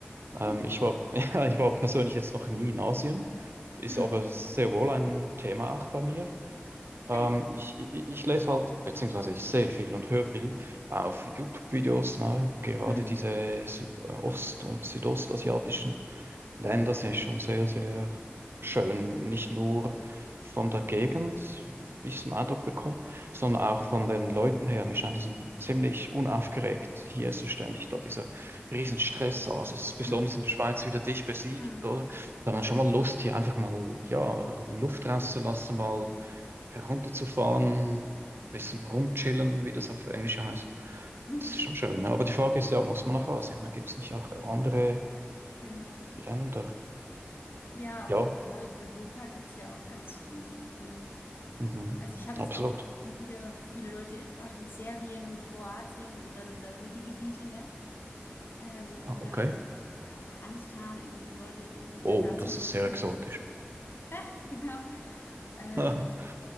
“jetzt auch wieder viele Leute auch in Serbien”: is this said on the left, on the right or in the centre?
Left